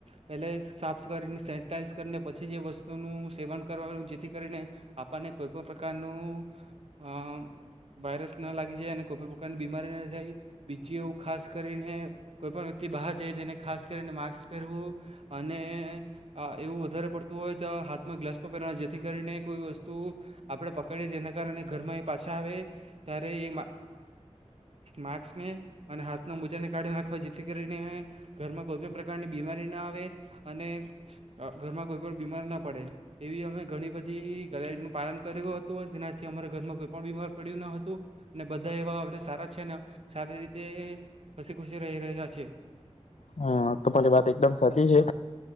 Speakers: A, on the right (about 60°); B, on the left (about 75°).
A: પહે સાફ કરીને સે સેનેટાઈઝ કરીને પછી જે વસ્તુનું સેવન કરવાનું જેથી કરીને આપણને કોઈ પણ પ્રકારનું અ વાયરસ ન લાગી જાય અને કોઈપ પ્રકારની બીમારી ન થાય બીજું એવું ખાસ કરીને કોઈ પણ વ્યક્તિ બહાર જાય તેને ખાસ કરીને માસ્ક પહેરવું. અને આ એવું વધારે પડતું હોય તા હાથમાં ગ્લવ્સ પહેરવા જેથી કરીને કોઈ વસ્તુ આપણે પકડીએ તેના કારણે ઘરમાં એ પાછા આવે ત્યારે એ માસ્કને અને હાથના મોજાને કાઢી નાખવા જેથી કરીને ઘરમાં કોઈપ પ્રકારની બીમારી ન આવે. અને અ ઘરમાં કોઈ પણ બીમાર ના પડે એવી અમે ઘણી બધી ગાઈડ નું પાલન કર્યું હતું અને જેનાથી અમારા ઘરમાં કોઈ પણ બીમાર પડ્યું ન હતું. અને બધા એવા આપણે સારા છે સારી રીતે હસી ખુસી રહી રહ્યા છે.
B: હા તમારી વાત એકદમ સાચી છે.